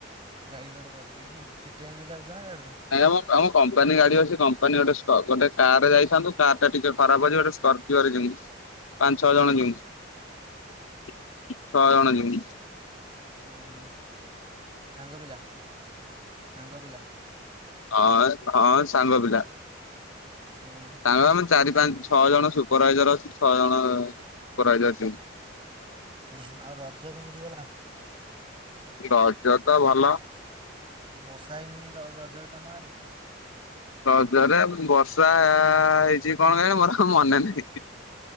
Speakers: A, on the right; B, on the left.
A: ଗାଡ଼ି ଗୋଟେ କରିଦେଇକି। କିଏ ଟ୍ରେନ୍ ଯାଉଛ ନା ଗାଡ଼ିରେ?
B: ନାଇଁ ଆମ ଆମ କମ୍ପାନୀ ଗାଡି ଅଛି। କମ୍ପାନୀ ଗୋଟେ ଗୋଟେ କାର ଯାଇଥାନ୍ତୁ। କାର ଟା ଟିକେ ଖରାପ ଅଛି। ଗୋଟେ ସ୍କ ଯିବା <unintelligible> ପାଞ୍ଚ ଛଅ ଜଣ <unintelligible> ଛଅ ଜଣ। <unintelligible>
A: ଓହୋ ସାଙ୍ଗ ପିଲା। ସାଙ୍ଗ ପିଲା।
B: ହଁ ହଁ ସାଙ୍ଗ ପିଲା।
A: ଓହୋ
B: ତାଙ୍କ ଆମେ ଚାରି, ପାଞ୍ଚ, ଛଅ ଜଣ ସୁପରଭାଇଜର ଅଛି। ଛଅ ଜଣ ସୁପରଭାଇଜର ଅଛି।
A: ଉ ହୁଁ ଆଉ ରଜ କେମିତି ଗଲା?
B: ରଜ ତ ଭଲ।
A: ବର୍ଷା ହେଇନି ର-ରଜରେ ତମ ଆଡେ?
B: ରଜରେ ବର୍ଷା ର୍ଷା ହେଇଛି କଣ ମୋର ମନେ ନାହିଁ।